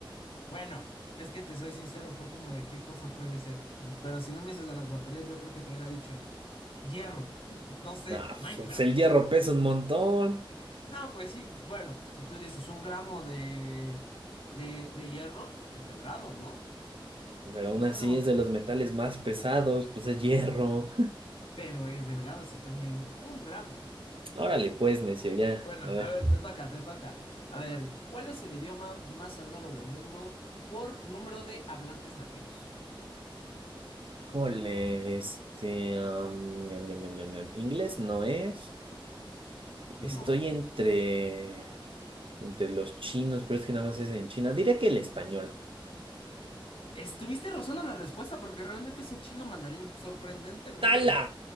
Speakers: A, on the left; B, on the right.
A: Bueno, es que te soy sincero, fue como de qué cosa puede ser. Pero si no me dices de las baterías, yo creo que te hubiera dicho hierro. <laughs> No sé,
B: Ah,
A: Minecraft.
B: pues el hierro pesa un montón,
A: <laughs> No, pues sí. Bueno, si tú dices un gramo de, de, de hierro, es delgado, ¿no?
B: pero
A: Piénsalo,
B: aún así es de los metales más pesados, pues es hierro.
A: pero es delgado si estás midiendo un gramo.
B: <laughs> Órale, pues, necio, ya.
A: Bueno,
B: A ver.
A: a ver, te toca, te toca. A ver, ¿cuál es el idioma más hablado del mundo por número de hablantes nativos?
B: Híjole, este. am, ñam, ñam, ñam, ñam, ñam. Inglés no es. Estoy
A: No.
B: entre. Entre los chinos, pero es que nada más es en China. Diría que el español.
A: Estuviste rozando la respuesta porque realmente es el chino mandarín, sorprendentemente.
B: ¡A la